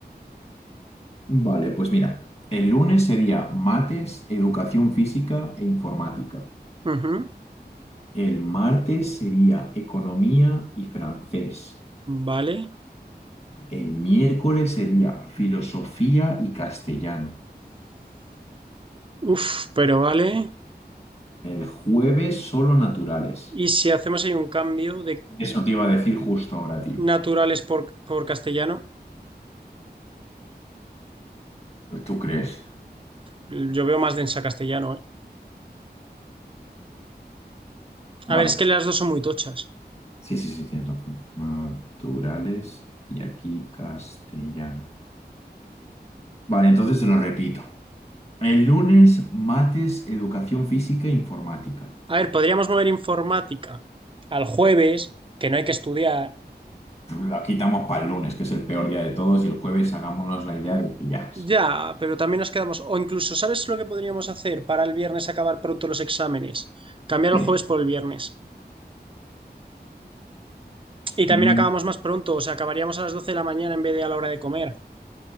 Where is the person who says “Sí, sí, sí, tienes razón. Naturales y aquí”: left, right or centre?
Left